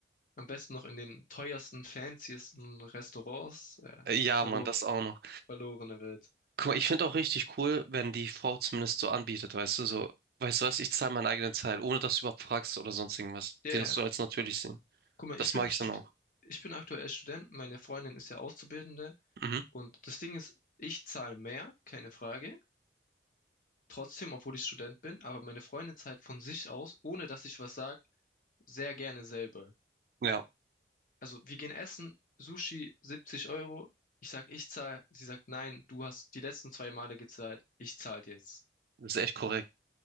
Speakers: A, on the left; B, on the right.
A: Am besten noch in den teuersten, fancysten Restaurants. Ja,
B: Äh, Ja,
A: verloren,
B: Mann, das auch noch.
A: verlorene Welt.
B: Guck mal, ich finde auch richtig cool, wenn die Frau zumindest so anbietet, weißt du, so, weißt du was, ich zahle meinen eigenen Teil, ohne dass du überhaupt fragst oder sonst irgendwas.
A: Ja,
B: Die das
A: ja.
B: so als natürlich sehen.
A: Guck mal,
B: Das
A: ich bin
B: mag
A: Stud
B: ich dann auch.
A: ich bin aktuell Student, meine Freundin ist ja Auszubildende
B: Mhm.
A: und das Ding ist, ich zahle mehr, keine Frage. Trotzdem, obwohl ich Student bin, aber meine Freundin zahlt von sich aus, ohne dass ich was sage, sehr gerne selber.
B: Ja,
A: Also wir gehen essen, Sushi 70 Euro. Ich sag, ich zahle. Sie sagt, nein, du hast die letzten zwei Male gezahlt. Ich zahle jetzt.
B: das ist echt korrekt.